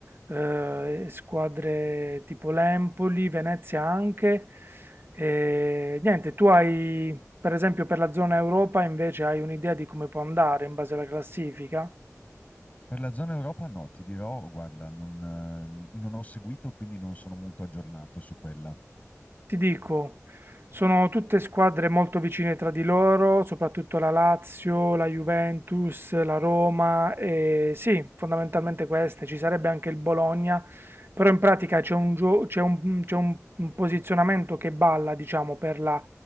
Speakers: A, on the right (about 45°); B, on the left (about 30°).
A: eh, squadre tipo l'Empoli, Venezia anche. E niente, tu hai. Per esempio per la zona Europa invece hai un'idea di come può andare in base alla classifica?
B: Per la zona Europa no, ti dirò, guarda, non, eh, non ho seguito, quindi non sono molto aggiornato su quella.
A: Ti dico, sono tutte squadre molto vicine tra di loro, soprattutto la Lazio, la Juventus, la Roma e sì, fondamentalmente queste. Ci sarebbe anche il Bologna, però in pratica c'è un, gio- c'è un- c'è un- un posizionamento che balla, diciamo, per la,